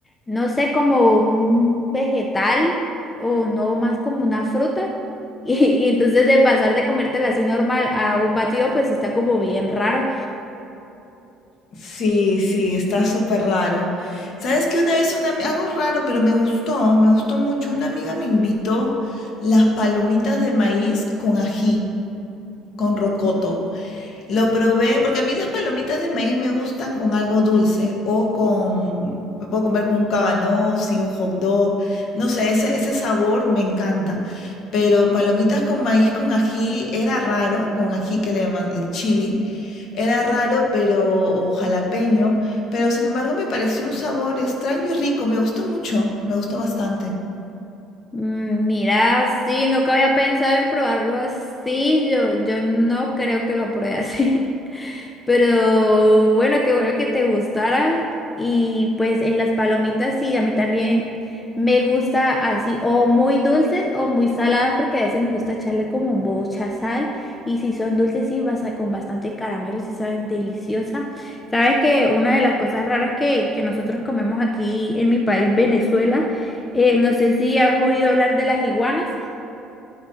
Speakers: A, on the left (about 20°); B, on the left (about 60°).
A: no sé, como un vegetal o no más como una fruta. <laughs> Y, y entonces de pasar de comértela así normal a un batido, pues sí está como bien raro.
B: Sí, sí, está súper raro. ¿Sabes que Una vez una, ami- algo raro, pero me gustó, me gustó mucho. Una amiga me invitó las palomitas de maíz con ají, con rocoto. Lo probé, porque a mí las palomitas de maíz me gustan con algo dulce o con, me puedo comer con un cabanossi, y un hot dog, no sé, ese, ese sabor me encanta. Pero palomitas con maíz con ají era raro, con ají que le llaman el chili, era raro, pero, o jalapeño, pero sin embargo me pareció un sabor extraño y rico, me gustó mucho, me gustó bastante.
A: Mm, Mira, sí, nunca había pensado en probarlo así. Yo, yo no creo que lo pruebe así. <laughs> Pero bueno, qué bueno que te gustara. Y pues en las palomitas sí, a mí también me gusta así, o muy dulces o muy saladas, porque a veces me gusta echarle como mucha sal. Y si son dulces, sí, vas a- con bastante caramelo, sí saben deliciosa. Sabes que una de las cosas raras que, que nosotros comemos aquí en mi país, Venezuela, eh, no sé si has oído hablar de las iguanas.